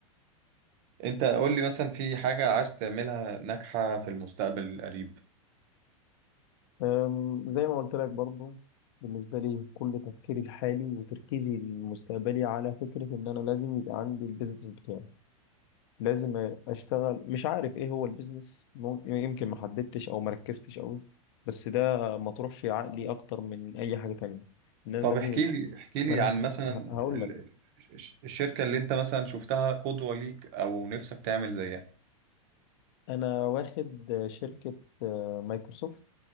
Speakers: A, on the right (about 35°); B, on the left (about 50°).
A: انت قول لي مثلا في حاجه عايز تعملها ناجحه في المستقبل القريب
B: أم، زي ما قلت لك برضو بالنسبة لي كل تفكيري الحالي وتركيزي المستقبلي على فكرة إن أنا لازم يبقى عندي البيزنس بتاعي لازم اشتغل مش عارف ايه هو البيزنس مم- يمكن ما حددتش او ما ركزتش قوي بس ده مطروح في عقلي اكتر من اي حاجه تانية ان انا
A: طب
B: لازم
A: احكي لي احكي لي
B: ما انا
A: عن مثلا
B: ه- هقول
A: ال-
B: لك
A: الش- الشركه اللي انت مثلا شفتها قدوه ليك او نفسك تعمل زيها
B: انا واخد شركه آه، مايكروسوفت